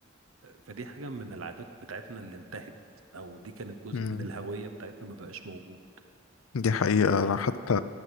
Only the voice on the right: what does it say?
فدي حاجة من العادات بتاعتنا اللي انتهت أو دي كانت جزء
من الهوية بتاعتنا ما بقاش موجود